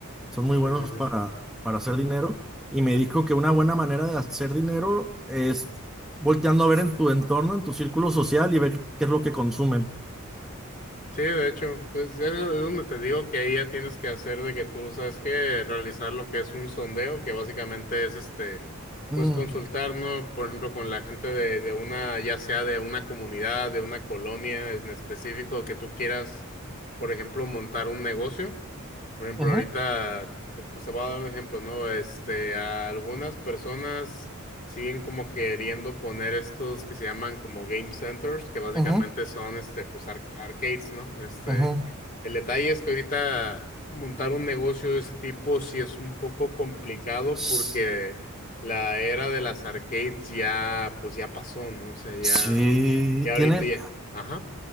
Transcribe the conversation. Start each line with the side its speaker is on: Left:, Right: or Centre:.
Centre: son muy buenos
Left: sí, sí.
Centre: para,
Left: sí.
Centre: para hacer dinero. Y me dijo que una buena manera de hacer dinero es volteando a ver en tu entorno, en tu círculo social y ver qué es lo que consumen.
Left: Sí, de hecho, pues eso es donde te digo que ahí ya tienes que hacer de que tú sabes que realizar lo que es un sondeo, que básicamente es este,
Centre: Ujú,
Left: pues consultar, ¿no? Por ejemplo, con la gente de, de una, ya sea de una comunidad, de una colonia en específico, que tú quieras, por ejemplo, montar un negocio. Por ejemplo,
Centre: ujú,
Left: ahorita, te- pues te voy a dar un ejemplo, ¿no? Este, a algunas personas siguen como queriendo poner estos que se llaman como game centers, que básicamente
Centre: ujú,
Left: son, este, pues ar- arcades, ¿no? Este,
Centre: ujú.
Left: el detalle es que ahorita montar un negocio de ese tipo sí es un poco complicado
Centre: S-
Left: porque la era de las arcades ya, pues ya pasó, ¿no? O sea, ya,
Centre: Sí,
Left: ya ahorita
Centre: Tiene,
Left: ya, ajá.